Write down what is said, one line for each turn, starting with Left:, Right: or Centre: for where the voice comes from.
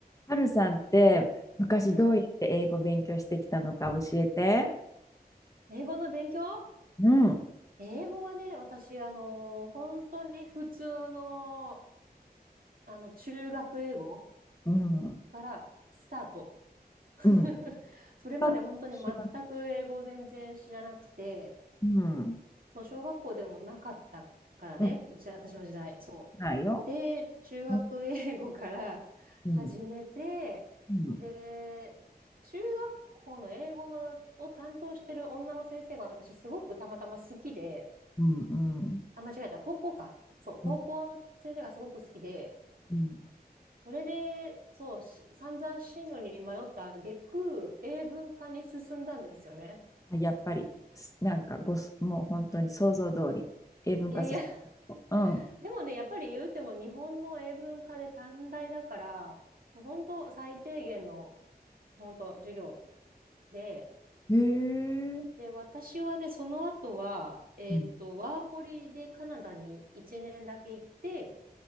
Left: はるさんって昔どうやって英語勉強してきたのか教えて。
Right: うん英語の勉強
Left: うん、
Right: 英語はね、私、あの、本当に普通の、あの、中学英語
Left: うん、
Right: からスタート。<laughs>
Left: うん。
Right: それまで本当に全く英語を全然知らなくて、
Left: パパと一緒かな。うん、
Right: もう小学校でもなかったからね、
Left: うん、
Right: うち、私の時代、そう。
Left: ないよ。
Right: で、中学英語から始めて、
Left: うん、うん、うん、
Right: で、中学校の英語のを担当してる女の先生が私すごくたまたま好きで、
Left: うん、うん、
Right: あ、間違えた。高校か。そう、高校の先生がすごく好きで、
Left: うんうん
Right: それで、そう、し散々進路に迷った挙句、英文科に進んだんですよね。
Left: やっぱり、すなんかごす、もう本当に想像通り、英文化すうん。
Right: いやいや、<laughs>
Left: あ
Right: でもね、やっぱり言うても日本の英文科で短大だから、もう本当最低限の、本当授業で、
Left: へえ、
Right: で、私はね、その後は、えーっと、
Left: うん。
Right: ワーホリでカナダに1年だけ行って、